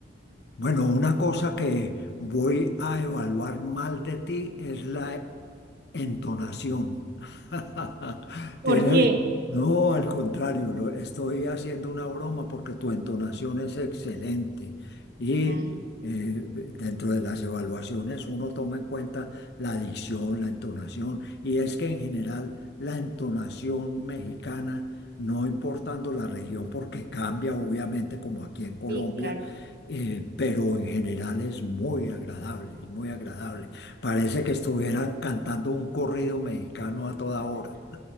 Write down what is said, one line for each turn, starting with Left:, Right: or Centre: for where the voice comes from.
Left: Bueno, una cosa que voy a evaluar mal de ti es la Entonación. <laughs>
Right: ¿Por
Left: Tiene,
Right: qué?
Left: no, al contrario, lo- estoy haciendo una broma porque tu entonación es excelente y
Right: Ah,
Left: eh, dentro de las evaluaciones uno toma en cuenta la dicción, la entonación y es que en general la entonación mexicana, no importando la región porque cambia obviamente como aquí en Colombia,
Right: sí, claro.
Left: eh, pero en general es muy agradable, es muy agradable. Parece que estuvieran cantando un corrido mexicano a toda hora.